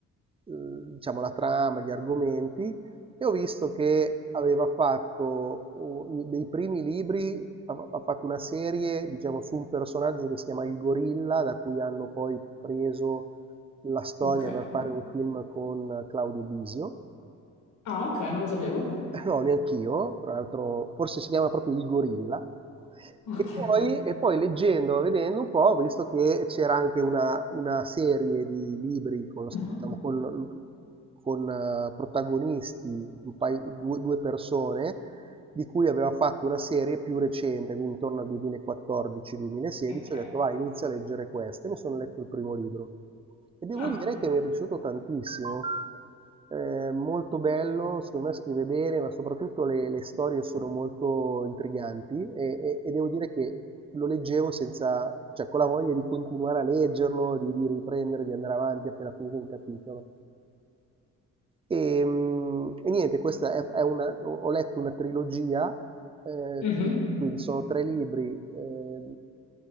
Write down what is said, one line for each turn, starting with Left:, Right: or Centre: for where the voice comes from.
Right: eh, diciamo, la trama, gli argomenti, e ho visto che aveva fatto uh, dei primi libri, ha, ha fatto una serie, diciamo, su un personaggio che si chiama Il Gorilla, da cui hanno poi preso la storia
Left: ok.
Right: per fare un film con Claudio Bisio.
Left: Ah, ok, non lo sapevo.
Right: Eh, no, neanch'io, tra l'altro forse si chiama proprio Il Gorilla.
Left: Ok.
Right: E poi, e poi leggendo, vedendo un po', ho visto che c'era anche una, una serie di libri con, lo-
Left: mhm,
Right: diciamo, con- con, eh, protagonisti, un paio- due, due persone, di cui aveva fatto una serie più recente, quindi intorno al 2014-2016,
Left: Ok.
Right: ho detto vai, inizio a leggere questa, e mi sono letto il primo libro. E devo
Left: Ah.
Right: dire che mi è piaciuto tantissimo. Eh, molto bello, secondo me scrive bene, ma soprattutto le, le storie sono molto intriganti e, e- e devo dire che lo leggevo senza, cioè con la voglia di continuare a leggerlo, di, di riprendere, di andare avanti appena finito un capitolo. E, mm, e niente, questa è, è una, ho ho letto una trilogia, eh,
Left: mhm.
Right: quindi sono tre libri, eh,